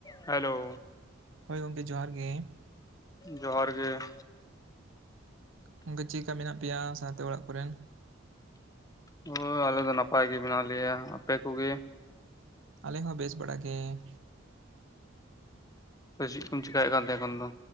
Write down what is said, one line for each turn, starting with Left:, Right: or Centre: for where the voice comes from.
Left: ᱦᱮᱞᱳ!
Right: ᱦᱳᱭ ᱜᱚᱝᱠᱮ ᱡᱚᱦᱟᱨ ᱜᱮ ᱾
Left: ᱡᱚᱦᱟᱨ ᱜᱮ ᱾
Right: ᱜᱚᱝᱠᱮ ᱪᱮᱫ ᱞᱮᱠᱟ ᱢᱮᱱᱟᱜ ᱯᱮᱭᱟ ᱥᱟᱶᱛᱮ ᱚᱲᱟᱜ ᱠᱚ ᱨᱮᱱ?
Left: ᱦᱳᱭ ᱟᱞᱮ ᱫᱚ ᱱᱟᱯᱟᱭ ᱜᱮ ᱢᱮᱱᱟᱜ ᱞᱮᱭᱟ, ᱟᱯᱮ ᱠᱚᱜᱮ?
Right: ᱟᱞᱮ ᱦᱚᱸ ᱵᱮᱥ ᱵᱟᱲᱟ ᱜᱮ᱾
Left: ᱪᱮᱫ ᱠᱚᱢ ᱪᱮᱠᱟᱭᱮᱜ ᱠᱟᱱᱛᱮ ᱮᱠᱷᱟᱱ ᱫᱚ?